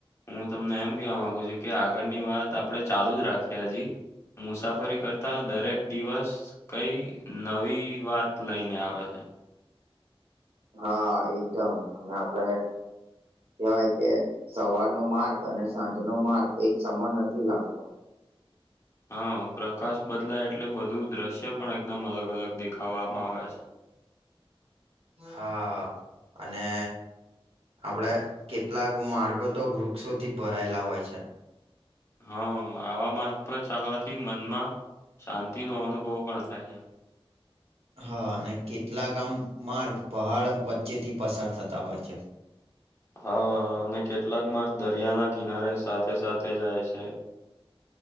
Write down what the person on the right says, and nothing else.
હા એકદમ અને આપડા કવાય કે સવારનો માર્ગ અને સાંજનો માર્ગ એક સમય નથી લાગતો.
હા અને. આપડે કેટલાક માર્ગો તો વૃક્ષોથી ભરાયેલા હોય છે.
હા અને કેટલાક આમ માર્ગ પહાડ વચ્ચેથી પસાર થતા હોય છે.